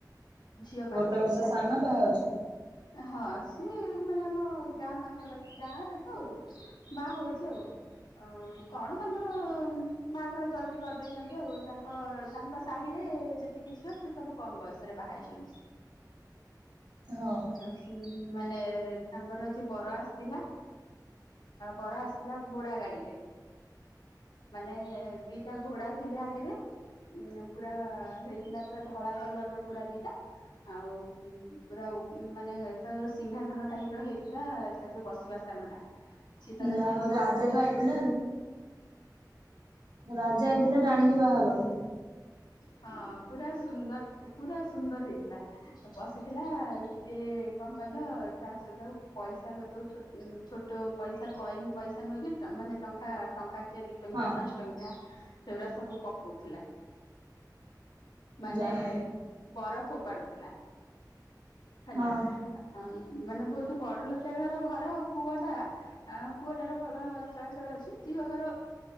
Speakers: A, on the left; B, on the right.
A: ଝିଅ
B: ଗୋଟେ
A: ବାହାଘର
B: ବର୍ଷ
A: ଥିଲା
B: ସାନ ବାହା ହଉଛି
A: ହଁ ସିଏ ମାନେ ଆମ ଗାଁ ପାଖାପାଖି ଗାଁରେ ତ ଆଉ ବା ହଉଛି ଆଉ ଅ କଣ ତାଙ୍କର ବାହାଘର ଜଲଦି କରିଦେଇଛନ୍ତି ଆଉ ତାଙ୍କ ତାଙ୍କ ସାହିରେ ଯେତିକି ଝିଅ ସେ ସବୁ କମ ବୟସରେ ବାହାଇଛନ୍ତି
B: ହଁ
A: ଆ ମାନେ ତାଙ୍କର ଆଜି ବର ଆସି ଥିଲା ବର ଆସିଥିଲା ଘୋଡା ଗାଡିରେ ମାନେ ଦିଟା ଘୋଡା ଥିଲେ ଆଗରେ ଉ ପୁରା ହେଇଥିଲା ପୁରା ଧଳା କଲର ର ଘୋଡା ଦିଟା ଆଉ ପୁରା ମାନେ ତାର ସିଂହାସନ ଟାଇପ ର ହେଇଥାିବ <unintelligible> ତା ଯୋଉ ବସିବା ସ୍ଥାନ ଟା ସେ ତାର
B: ଯାହା
A: ସେଇଠି
B: ହଉ ରାଜା
A: ବସିଥିଲା।
B: ତ ଆଇଥିଲେ ରାଜା ହେଇଥିଲେ ରାଣୀକି ବାହା ହେବାକୁ।
A: ହଁ ପୁରା ସୁନ୍ଦର ପୁରା ସୁନ୍ଦର ହେଇଥିଲା। ବସିଥିଲା ସିଏ କଣ କହିଲ ତା ସହିତ ପଇସା ଯୋଉଛୋ ଛୋଟ ପଇସା କଏନ ପଇସା ନୁହେଁ କି ମାନେ ଟଙ୍କା ଟଙ୍କା କିଏ ଦି ଟଙ୍କିଆ
B: ହଁ
A: ପାଞ୍ଚ ଟଙ୍କିଆ ସେଗୁଡ଼ା ସବୁ ପକଉଥିଲା। ମାନେ
B: ଯାହା ହଉ
A: ବର ଫୋପାଡୁଥିଲା ହେଲା।
B: ହଁ
A: ହ ମାନେ ବହୁତ ବଡ ଲଖଆ ଘର ଘର ପୁଅ ଟା ଆ ପୁଅଟାର ଭଲ ଚଳାଚଳ ଅଛି ଝିଅ ଘର